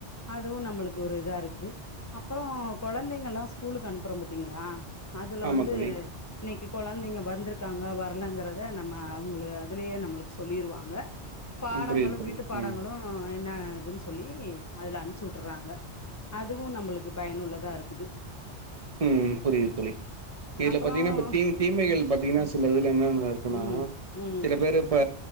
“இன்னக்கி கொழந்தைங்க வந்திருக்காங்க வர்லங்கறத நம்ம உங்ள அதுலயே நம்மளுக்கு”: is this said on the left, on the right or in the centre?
Left